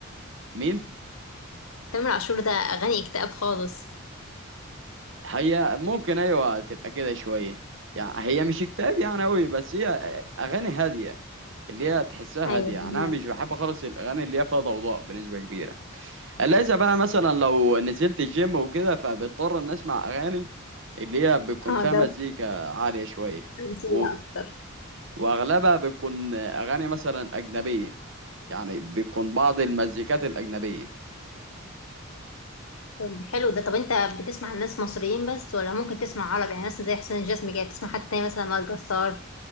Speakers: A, on the right; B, on the left.
A: مين؟
B: تامر عاشور ده اغاني اكتئاب خالص
A: هي ممكن ايوه تبقى كده شويه يعني هي مش اكتئاب يعني قوي بس هي اغاني هاديه اللي هي تحسها
B: ايوه
A: هاديه يعني
B: فهمك.
A: انا مش بحب خالص الاغاني اللي هي فيها ضوضاء بنسبه كبيره الا اذا بقى مثلا لو نزلت الجيم وكده فبضطر ان اسمع اغاني اللي هي بتكون
B: اه
A: فيها
B: ده
A: مزيكا عاليه شويه
B: رومانسية
A: و...
B: اكتر
A: واغلبها بتكون اغاني مثلا اجنبيه يعني بتكون بعض المزيكات الاجنبيه
B: طب حلو ده طب انت بتسمع الناس مصريين بس ولا ممكن تسمع عربي يعني ناس زي حسين الجسمي كده تسمع حد تاني مثلا وائل جسار